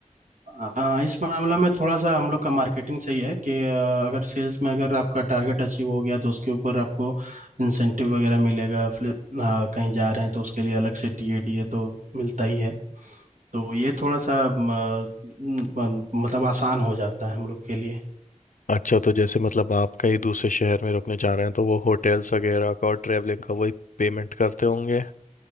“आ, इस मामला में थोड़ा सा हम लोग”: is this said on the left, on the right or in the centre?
Right